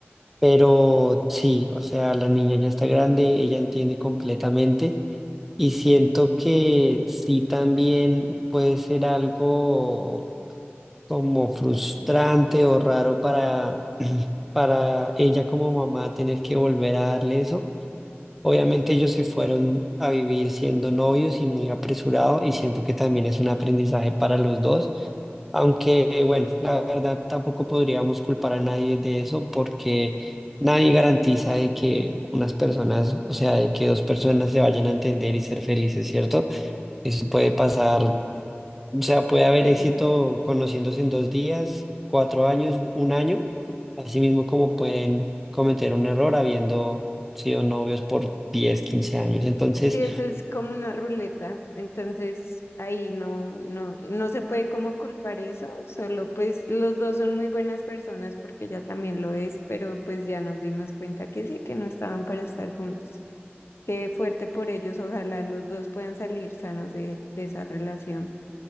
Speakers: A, in the centre; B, on the left (about 75°).
A: pero sí, o sea, la niña ya está grande, ella entiende completamente y siento que sí también puede ser algo como frustrante o raro para, <clears throat> para ella como mamá tener que volver a darle eso Obviamente ellos se fueron a vivir siendo novios y muy apresurado y siento que también es un aprendizaje para los dos, aunque eh, bueno, la verdad tampoco podríamos culpar a nadie de eso porque nadie garantiza de que unas personas, o sea, de que dos personas se vayan a entender y ser felices, ¿cierto? Eso puede pasar o sea, puede haber
B: Sí.
A: éxito conociéndose en dos días, cuatro años, u- un año, así mismo como pueden cometer un error habiendo sido novios por 10 15 años. Entonces,
B: Sí, eso es como una ruleta, entonces ahí no, no, no se puede como culpar eso, solo pues los dos son muy buenas personas porque ella también lo es, pero pues ya nos dimos cuenta que sí, que no estaban para estar juntos. Qué fuerte por ellos, ojalá los dos puedan salir sanos de, de esa relación.